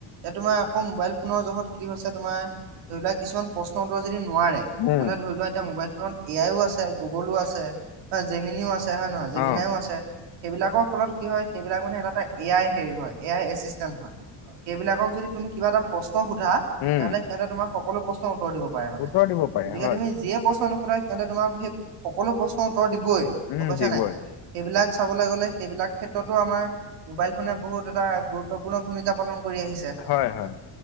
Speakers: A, on the right; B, on the left.
A: এ তোমাৰ অকল মবাইল ফোনৰ জহত কি হৈছে তোমাৰ ধৰি লোৱা কিছুমান প্ৰশ্ন উত্তৰ যদি নোৱাৰে তেনেহ'লে
B: উম,
A: ধৰি লোৱা এতিয়া মোবাইল ফোনত এ আই ও আছে, গুগলো আছে, হয় জেমিনও আছে হয় নহয় জেমিনাই
B: অ'।
A: ও আছে। সেইবিলাকৰ ফলত কি হয়, সেইবিলাক মানে এটা-এটা এ আই হেৰি হয়, এ আই এচিষ্টেণ্ট হয়। সেইবিলাকক যদি তুমি কিবা এটা প্ৰশ্ন সোধা
B: উম
A: তেনেহ'লে সিহঁতে তোমাক সকলো প্ৰশ্নৰ উত্তৰ দিব পাৰে মানে,
B: উত্তৰ দিব পাৰে
A: গতিকে
B: হয়
A: তুমি যিয়ে প্ৰশ্ন নুশোধা সিহঁতে তোমাৰ সেই সকলো প্ৰশ্নৰ উত্তৰ দিবই
B: উম
A: গম পাইছা
B: দিবই
A: নাই? সেইবিলাক চাবলৈ গ'লে সেইবিলাক ক্ষেত্ৰতো আমাৰ মোবাইল ফোনে বহুত এটা গুৰুত্ব গুৰুত্বপূৰ্ণ ভূমিকা পালন কৰি আহিছে
B: হয় হয়